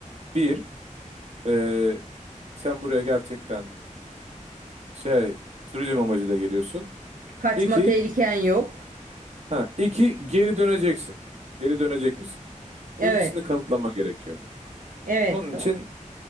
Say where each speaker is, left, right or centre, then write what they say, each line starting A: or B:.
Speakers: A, on the right; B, on the right.
A: Bir, e, sen buraya gerçekten şey turizm amacıyla geliyorsun.
B: Kaçma
A: İki,
B: tehliken yok.
A: ha, iki geri döneceksin. Geri dönecek misin?
B: Evet.
A: Bu ikisini kanıtlama gerekiyor.
B: Evet.
A: Onun
B: doğru.
A: için